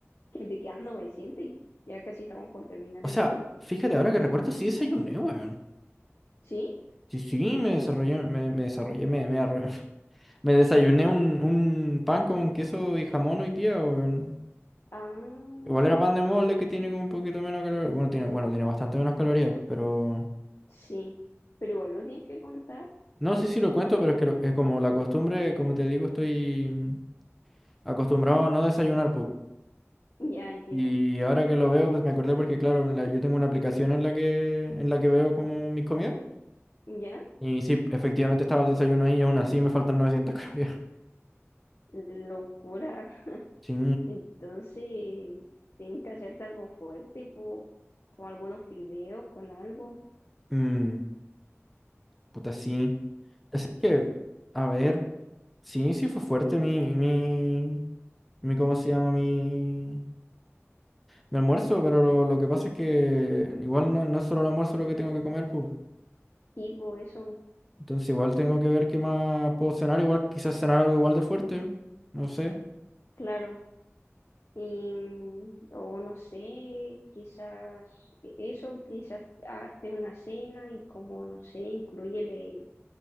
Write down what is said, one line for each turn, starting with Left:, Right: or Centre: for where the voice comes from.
Left: que te quedan 900 y ya casi estamos por terminar
Centre: O
Left: el
Centre: sea,
Left: día.
Centre: fíjate, ahora que recuerdo, sí desayuné, weón.
Left: ¿Sí?
Centre: Sí, sí, me desarrollé, me, me desarrollé, me, me, arro- <laughs> me desayuné un, un pan con queso y jamón hoy día, weón.
Left: Ah,
Centre: Igual era pan de molde que tiene como un poquito menos calorías. Bueno, tiene, bueno, tiene bastante menos calorías, pero...
Left: sí, pero igual lo tienes que contar.
Centre: No sé si lo cuento, pero es que lo- es como la costumbre, como te digo, estoy acostumbrado a no desayunar, pues.
Left: Ya entiendo.
Centre: Y ahora que lo veo, pues me acordé porque, claro, en la- yo tengo una aplicación en la que, en la que veo como mis comidas.
Left: Ya,
Centre: Y sí, efectivamente estaba el desayuno ahí y aún así me faltan 900 <laughs> calorías.
Left: locura. <laughs>
Centre: Sí,
Left: Entonces, tienes que hacerte algo fuerte, po, con algunos fideos, con algo,
Centre: mm, puta, sí. Así que, a ver, sí, sí fue fuerte mi, mi, mi, ¿cómo se llama? Mi, mi almuerzo, pero lo, lo que pasa es que igual no, no es solo el almuerzo lo que tengo que comer, pues.
Left: tipo eso,
Centre: Entonces igual tengo que ver qué más puedo cenar, igual quizás cenar algo igual de fuerte, no sé.
Left: claro. Y, mm, o no sé, quizás e, eso, quizás hazte una cena y como, no sé, incluyele